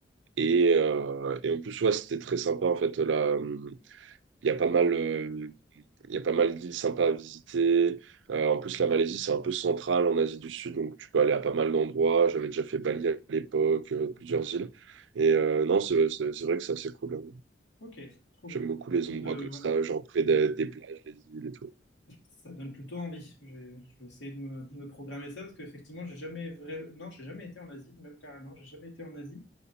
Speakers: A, on the right (about 80°); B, on the left (about 80°).
A: Et, euh, et en plus, ouais, c'était très sympa. En fait, là, hum, il y a pas mal. euh, il y a pas mal d'îles sympas à visiter. Euh, en plus, la Malaisie, c'est un peu central en Asie du Sud, donc tu peux aller à pas mal d'endroits. J'avais déjà fait Bali à l'époque, euh, plusieurs
B: D'accord.
A: îles. Et euh, non, c'est c'est- c'est vrai que ça, c'est cool.
B: Ok, trop bien.
A: J'aime beaucoup
B: Bah,
A: les
B: Écoute,
A: endroits
B: euh,
A: comme
B: ouais.
A: ça, genre près des, des plages, des îles et tout.
B: Ça donne plutôt envie. Je vais, je vais essayer de me, de me programmer ça parce qu'effectivement, j'ai jamais vrai... non, j'ai jamais été en Asie, même carrément, j'ai jamais été en Asie.